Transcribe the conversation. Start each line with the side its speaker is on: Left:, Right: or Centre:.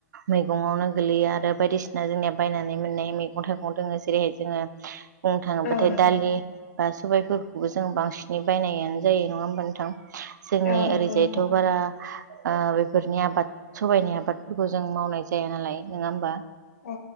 Right: मैगंआवनो गोलैयो। आरो बायदिसिना जोंनिया बायनानै मोननाय मैगं थाइगं दोङो। जेरैहाय बिदिनो- बुंनो थाङोबाथाय
Left: औ नंगौ
Right: दालि बा सबायफोरखौबो जों बांसिनै बायनायानो जायो। नङा होमबा? नोंथां जोंनि
Left: औ नंगौ
Right: ओरैजायथ'
Left: नोंथां
Right: बारा ओ बेफोरनि आबाद सबायनि आबादफोरखौ जों मावनाय जाया नालाय नङा होमबा?
Left: औ